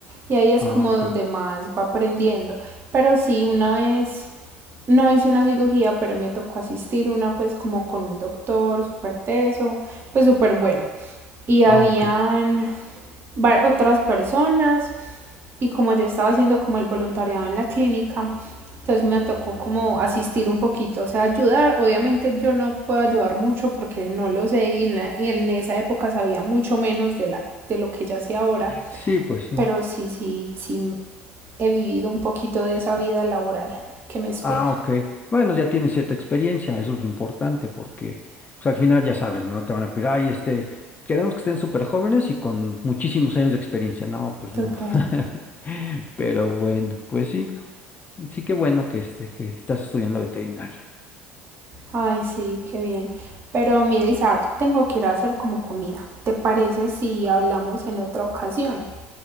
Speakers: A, on the right (about 35°); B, on the left (about 25°).
A: y ahí es
B: Ah,
A: como
B: ok.
A: donde más va aprendiendo, pero sí, una vez No hice una cirugía, pero me tocó asistir una pues como con un doctor súper teso, pues súper bueno. Y
B: Ah,
A: habían
B: ok.
A: otras personas y como yo estaba haciendo como el voluntariado en la clínica, entonces me tocó como asistir un poquito, o sea, ayudar. Obviamente yo no puedo ayudar mucho porque no lo sé y en, la, y en esa época sabía mucho menos de, la, de lo que ya sé ahora,
B: Sí, pues sí.
A: pero sí, sí, sí he vivido un poquito de esa vida laboral que me espera.
B: Ah, ok. Bueno, ya tienes cierta experiencia, eso es lo importante, porque pues, al final ya sabes, ¿no? Te van a pedir, ay, este, queremos que estén súper jóvenes y con muchísimos años de experiencia. No, pues
A: Total.
B: no. <laughs> Pero bueno, pues sí, sí que bueno que, este, que estás estudiando veterinaria.
A: Ay, sí, qué bien. Pero mira, Isaac, tengo que ir a hacer como comida. ¿Te parece si hablamos en otra ocasión?